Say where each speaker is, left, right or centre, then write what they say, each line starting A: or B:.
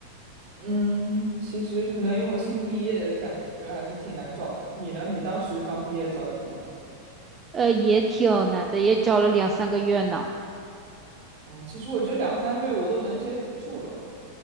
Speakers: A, on the right; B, on the right.
A: 嗯，其实可能因为我新毕业，感觉还是挺难找的。你呢？你当时刚毕业找的怎么样？
B: 呃，也挺难的，也找了两三个月呢。
A: 哦，其实我觉得两三个月我都能接受了。